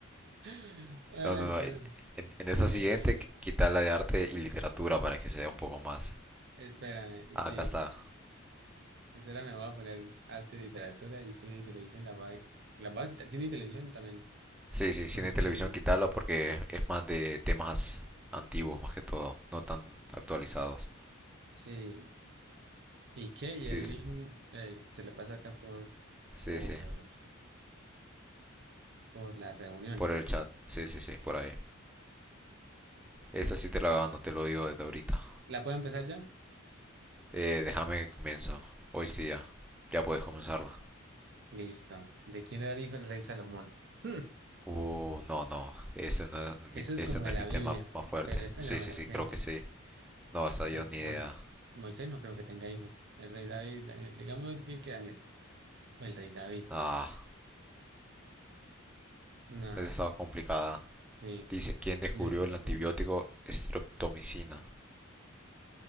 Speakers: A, on the right; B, in the centre.
A: <laughs> Ay,
B: No, no, no.
A: Dios.
B: En, en, en esta
A: Eh,
B: siguiente, qu- quita la de arte y literatura para que sea un poco más.
A: espérame,
B: Ah,
A: sí.
B: acá está.
A: Espérame, voy a poner arte y literatura y cine y televisión. La va, la voy a quitar. Cine y televisión también.
B: Sí, sí, cine
A: Porque
B: y televisión, quítalo porque es más de temas antiguos, más que todo. No tan actualizados.
A: Sí, ¿y qué? Y
B: Sí,
A: el
B: sí,
A: link eh, te lo paso acá por,
B: sí.
A: por,
B: sí,
A: por la reunión.
B: Por el chat. Sí, sí, sí, por ahí. Esa sí te la gano, te lo digo desde ahorita.
A: ¿La puedo empezar ya?
B: Eh, déjame que comienzo. Hoy sí ya. Ya puedes comenzarla.
A: Listo. ¿De quién era el hijo del rey Salomón? Hmm,
B: Uh, no, no. Ese no es
A: Eso
B: mi,
A: es
B: ese
A: como
B: no
A: de
B: es
A: la
B: mi
A: Biblia,
B: tema más fuerte.
A: pero esta
B: Sí,
A: ya me
B: sí,
A: la
B: sí,
A: sé.
B: creo que sí. No, esa yo
A: Salomón.
B: ni idea.
A: Moisés no creo que tenga hijos. El rey David, Daniel. Digamos que, que Daniel. O el rey David.
B: Ah,
A: Nah,
B: esa estaba complicada.
A: sí.
B: Dice, ¿quién descubrió
A: Disculpen.
B: el antibiótico streptomicina?